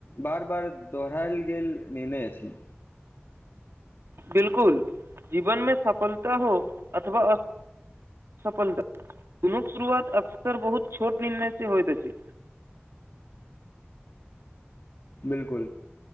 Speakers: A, on the left; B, on the right.
A: बार बार दोहरायल गेल निर्णय अछि
B: बिलकुल जीवन मे सफलता हो अथवा अ सफलता दुन शुरुआत अक्सर बहुत छोट निर्णय से होइतइत छै
A: बिलकुल